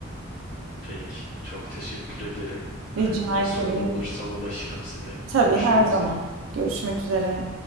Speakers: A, on the left; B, on the right.
A: peki. Çok teşekkür ederim.
B: Rica
A: Ben yine
B: ederim.
A: sorum olursa ulaşırım size.
B: Tabii
A: Görüşmek
B: her zaman.
A: üzere.
B: Görüşmek üzere.